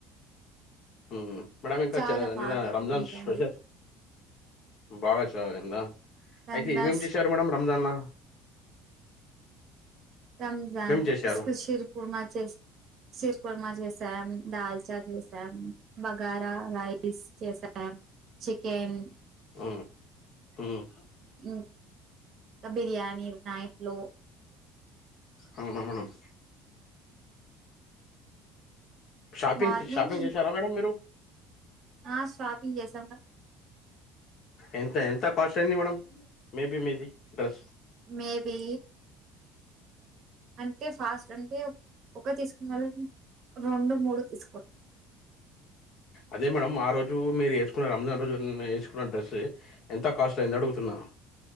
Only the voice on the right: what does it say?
చాలా బాగా
ఉందండి
రంజాన్
రంజాన్
శిరు కుర్మా చేసం సిరు కుర్మా చేసాం దాల్చా చేసాం బగారా రైస్ చేసాం చికెన్
ఇ కా బిర్యానీ నైట్లో
మార్నింగ్
ఆ షాపింగ్ చేసాం గ
మేబి అంటే ఫాస్ రంటే ఒక తీసుకున్నళ్ళు రెండు మూడు తీసుకో